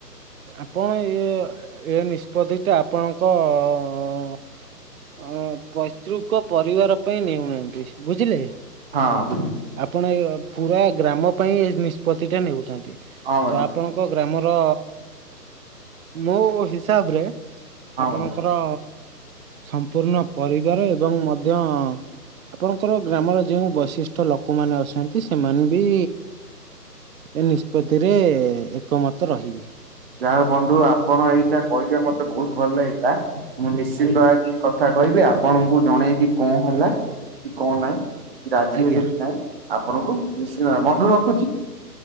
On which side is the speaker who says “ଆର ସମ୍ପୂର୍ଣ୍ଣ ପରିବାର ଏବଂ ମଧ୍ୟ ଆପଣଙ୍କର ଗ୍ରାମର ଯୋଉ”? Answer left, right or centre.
Right